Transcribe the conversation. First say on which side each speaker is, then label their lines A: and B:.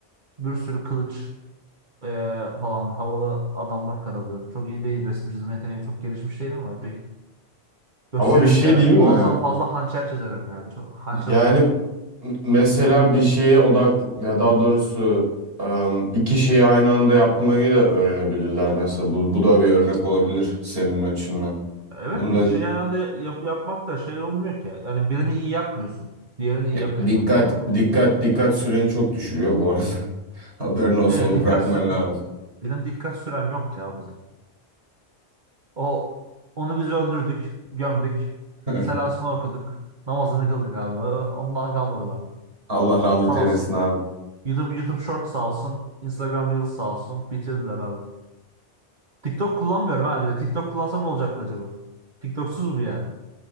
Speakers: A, on the right; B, on the right.
A: Bir sürü kılıç Ee, falan havalı adamlar karalıyorum. Çok iyi değil resim çizme yeteneği çok gelişmiş değil ama epey gösteririm
B: Ama bir şey
A: bir ara.
B: diyeyim
A: Muazzam
B: mi?
A: fazla hançer çizerim yani. Çok hançer
B: Yani
A: uzmanıyım.
B: m- mesela bir şeye odak ya daha doğrusu em, iki şeyi aynı anda yapmayı da öğrenebilirler mesela. Bu, bu da bir örnek olabilir senin açından.
A: Evet
B: Bunda
A: de iki şeyi aynı anda yap- yapmak da şey olmuyor ki. Yani birini iyi yapmıyorsun. Diğerini iyi
B: ya
A: yapıyorsan.
B: dikkat
A: Anladın mı?
B: dikkat dikkat süreni çok düşürüyor bu arada. <laughs> Haberin olsun
A: Evet
B: onu
A: dikkat
B: bırakman
A: sür
B: lazım.
A: benim dikkat sürem yok ya bu zaten. O onu biz öldürdük, gömdük.
B: <laughs>
A: Selasını okuduk. Namazını kıldık abi. Ondan kalmadı bende.
B: Allah rahmet
A: Sağ
B: eylesin
A: olsun.
B: abi.
A: YouTube, YouTube Shorts sağ olsun. Instagram Reels sağ olsun. Bitirdiler abi. TikTok kullanmıyorum abi. TikTok kullansam ne olacaktı acaba? TikToksuz bu yani.